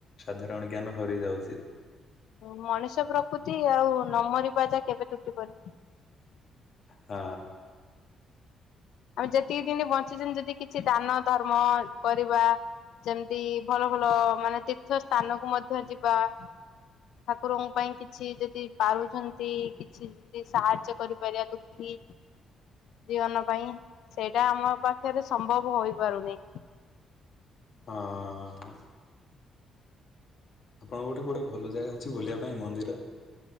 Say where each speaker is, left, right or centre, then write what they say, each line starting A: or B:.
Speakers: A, on the left (about 55°); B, on the left (about 80°).
A: ସାଧାରଣ ଜ୍ଞାନ ହରେଇ ଯାଉଛି।
B: ମଣିଷ ପ୍ରକୃତି ଆଉ ନମରିବା ଯା କେବେ ତୁଟି ପାରୁ
A: ହଁ।
B: ଆମେ ଯେତିକି ଦିନ ବଞ୍ଚିଛନ୍ତି ଯଦି କିଛି ଦାନ ଧର୍ମ କରିବା। ଯେମିତି ଭଲ ଭଲ ମାନେ ତୀର୍ଥ ସ୍ଥାନକୁ ମଧ୍ୟ ଯିବା। ଠାକୁରଙ୍କ ପାଇଁ କିଛି ଯଦି ପାରୁଛନ୍ତି କିଛି। ଯି ସାହାଯ୍ୟ କରିପାରିବା ଦୁଃଖୀ ଜୀବନ ପାଇଁ ସେଇଟା ଆମ ପାଖରେ ସମ୍ଭବ ହୋଇପାରୁନି।
A: ହଁ। ଆପଣଙ୍କ ଗୋଟେ ଗୋଟେ ଭଲ ଜାଗା ଅଛି ବୁଲିବା ପାଇଁ ମନ୍ଦିର?